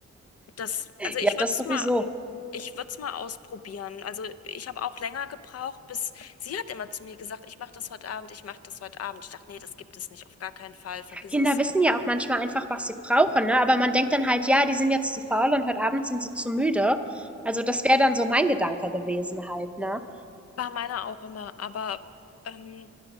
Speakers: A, on the left; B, in the centre.
A: Das, also ich
B: Ja, das
A: würde es
B: sowieso.
A: mal, ich würde es mal ausprobieren. Also ich habe auch länger gebraucht, bis sie hat immer zu mir gesagt, ich mache das heute Abend, ich mache das heute Abend. Ich dachte, nee, das gibt es nicht, auf gar keinen Fall, vergiss
B: Ja, Kinder
A: es.
B: wissen ja auch manchmal einfach, was sie brauchen, ne? Aber man denkt dann halt, ja, die sind jetzt zu faul und heute Abend sind sie zu müde. Also das wäre dann so mein Gedanke gewesen halt, ne?
A: War meiner auch immer, aber ähm,